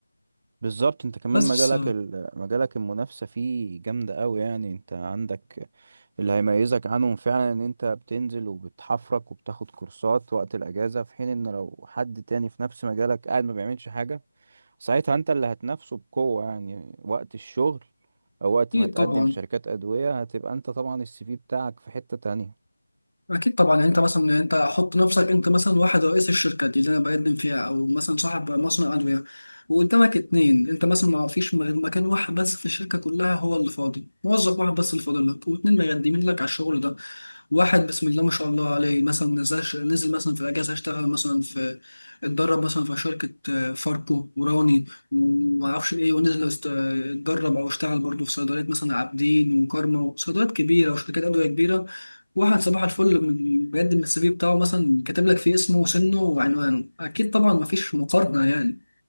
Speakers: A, on the right (about 20°); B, on the left (about 80°).
A: بالظبط انت كمان
B: بس
A: مجالك ال... مجالك المنافسة فيه جامدة قوي يعني انت عندك اللي هيميزك عنهم فعلا ان انت بتنزل وبتحفرك وبتاخد كورسات وقت الاجازة في حين ان لو حد تاني في نفس مجالك قاعد ما بيعملش حاجة ساعتها انت اللي هتنافسه بقوة يعني وقت الشغل او وقت
B: اكيد
A: ما تقدم
B: طبعا
A: في شركات ادوية هتبقى انت طبعا السي في بتاعك في حتة تانية
B: اكيد طبعا يعني انت مثلا يعني انت حط نفسك انت مثلا واحد رئيس الشركه دي اللي انا بقدم فيها او مثلا صاحب مصنع ادويه وقدامك اتنين انت مثلا ما فيش غير مكان واحد بس في الشركه كلها هو اللي فاضي موظف واحد بس اللي فاضل لك واتنين مقدمين لك على الشغل ده واحد بسم الله ما شاء الله عليه مثلا نزل نزل مثلا في الاجازه اشتغل مثلا في اتدرب مثلا في شركه آه، فاركو وراني وما اعرفش ايه ونزل است- اتدرب او اشتغل برضه في صيدليات مثلا عابدين وكارما وصيدليات كبيره وشركات ادويه كبيره واحد صباح الفل من بيقدم السي في بتاعه مثلا كاتب لك فيه اسمه وسنه وعنوانه اكيد طبعا مفيش مقارنة يعني